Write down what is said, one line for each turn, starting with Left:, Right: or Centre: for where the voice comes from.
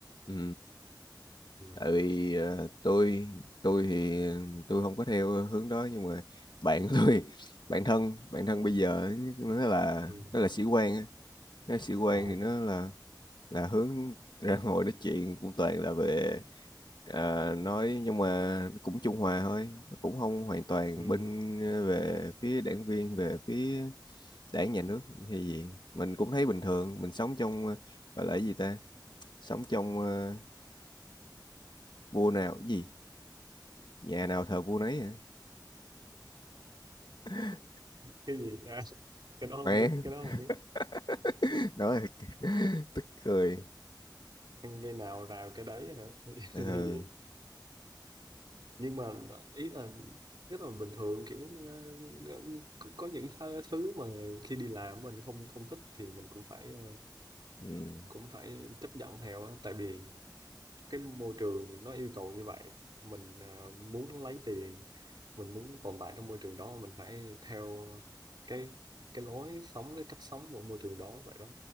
Left: Ừ,
Right: ừ.
Left: tại vì ờ, tôi tôi thì tôi không có theo hướng đó nhưng mà bạn của tôi <laughs> bạn thân bạn thân bây giờ ấy, nó là
Right: Ừ.
Left: nó là sĩ quan á nó là sĩ quan
Right: Ờ.
Left: thì nó là là hướng ra <laughs> ngồi nói chuyện cũng toàn là về ờ, nói nhưng mà cũng trung hòa thôi nó cũng không hoàn toàn
Right: Ừ.
Left: bên ờ, về phía đảng viên về phía đảng nhà nước hay gì mình cũng thấy bình thường mình sống trong ờ, gọi là cái gì ta sống trong ờ, vua nào cái gì nhà nào thờ vua nấy hả <laughs>
Right: cái gì à, <laughs> cái đó
Left: mẹ
Right: không biết cái đó không biết
Left: <laughs> nói là- <laughs> tức cười
Right: ăn cái nào rào cái đấy hả <laughs> Như
Left: ừ,
Right: vậy. nhưng mà ý là rất là bình thường kiểu ờ, ờ, có có những th- thứ mà khi đi làm mình không không thích thì mình cũng phải ờ,
Left: ừ,
Right: cũng phải chấp nhận theo á tại vì cái môi trường nó yêu cầu như vậy mình ờ, muốn lấy tiền mình muốn tồn tại trong môi trường đó mình phải theo cái cái lối sống cái cách sống của môi trường đó vậy đó